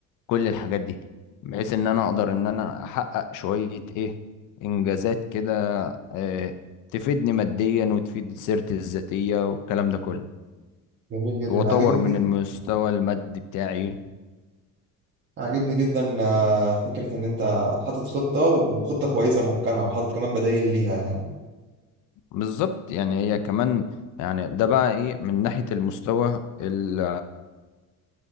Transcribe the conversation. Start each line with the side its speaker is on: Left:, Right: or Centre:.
Left: كل الحاجات دي بحيث ان انا اقدر ان انا احقق شوية ايه انجازات كده آه، تفيدني ماديا وتفيد سيرتي الذاتية والكلام ده كله
Right: جميل جدا
Left: واطور
Right: عاجبني
Left: من
Right: جدا
Left: المستوى المادي بتاعي
Right: عاجبني جدا آه، فكرة إن أنت حاطط خطة وخطة كويسة محكمة وحاطط كمان بدايل ليها يعني
Left: بالظبط يعني هي كمان يعني ده بقى ايه من ناحية المستوى ال